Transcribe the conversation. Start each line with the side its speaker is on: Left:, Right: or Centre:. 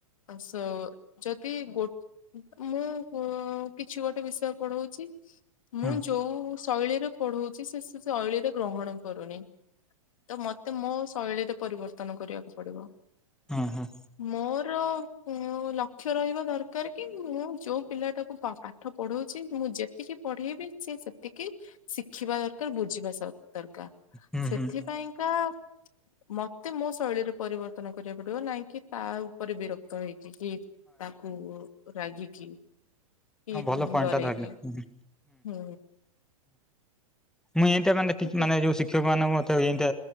Left: ସୋ-ଯଦି ଗୋ ମୁଁ ପୁ-କିଛି ଗୋଟେ ବିଷୟ ପଢଉଚି ମୁଁ
Centre: ହଁ
Left: ଯଉ ଶୈଳୀରେ ପଢଉଚି ସେ ଶୈଳୀରେ ଗ୍ରହଣ କରୁନି। ତ ମତେ ମୋ ଶୈଳୀରେ ପରିବର୍ତ୍ତନ କରିବାକୁ ପଡିବ।
Centre: ହଁ ହଁ
Left: ମୋର ଲକ୍ଷ୍ୟ ରହିବା ଦରକାର କି ମୁଁ ଯୋଉ ପିଲାଟାକୁ ପା ପାଠ ପଢଉଛି ମୁଁ ଯେତିକି ପଢେଇବି ସେ ସେତିକି କି ଶିଖିବା ଦରକାର ବୁଝିବା ସ ଦରକାର
Centre: ହୁଁ
Left: ସେଥିପାଇଁକା।
Centre: ହଁ
Left: ମତେ ମୋ ଶୈଳୀରେ ପରିବର୍ତ୍ତନ କରିବାକୁ। ନହିଁ କି ତା ଉପରେ ବିରକ୍ତ ହେଇକ କି ତାକୁ ରାଗିକି କି
Centre: ଭଲ ପଏଣ୍ଟ
Left: ଡରେଇକି
Centre: ଟା ଧରିଲ ହୁଁ।
Left: ହୁଁ
Centre: ମୁଁ ଏଇଟ ମାନେ
Left: ତ ସେ
Centre: ମାନେ ଯୋଉ ଶିକ୍ଷକ ମାନଙ୍କୁ ଏମତି